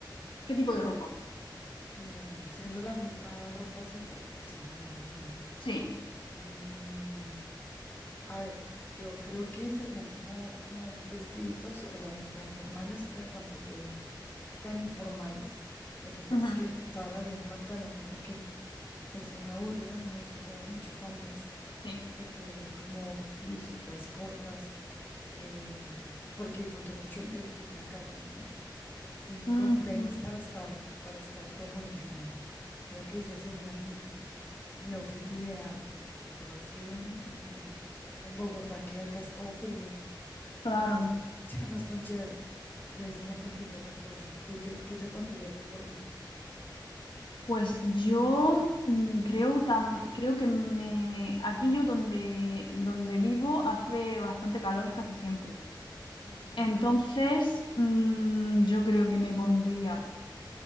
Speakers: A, on the left; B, on the left.
A: ¿Qué tipo de ropa?
B: Eh, siendo la misma ropa siempre, sí, me imagino.
A: Sí.
B: Mm, a ver, yo creo que serían como, como vestiditos, o sea, ni tan formales, pero tampoco tan informales. Lo que pasa
A: ujú,
B: es que toda la vida en pantalón como que es muy aburrida, a mí me gusta usar mucho faldas,
A: Sí.
B: eh, como blusitas cortas, em, porque disfruto mucho el el clima cálido, ¿no? y
A: Ujú,
B: con tenis para estar, para estar comodísima. Creo que esa sería mi, mi outfit ideal. Lo que pasa es que vivo en, en, en- en Bogotá, que acá es todo frío,
A: Claro.
B: entonces pues <laughs> ya no es tan chévere. De ahí se me complica la cosa. ¿Tú qué, qué te pondrías de por vida?
A: Pues yo mm, creo, tam- creo que me, aquí yo donde, donde vivo hace bastante calor casi siempre.
B: Ujú,
A: Entonces, mm, yo creo que me pondría